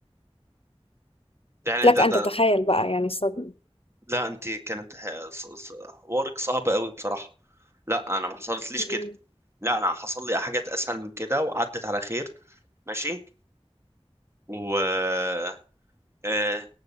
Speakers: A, on the right (about 25°); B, on the left (about 60°).
A: يعني
B: لك
A: ده
B: ان
A: ده
B: تتخيل بقى يعني الصدمة
A: لا انت كانت ح- ص- ص- حوارك صعب قوي بصراحة لا انا ما حصلتليش
B: أمم.
A: كده لا انا حصل لي حاجات اسهل من كده وعدت على خير ماشي و آه،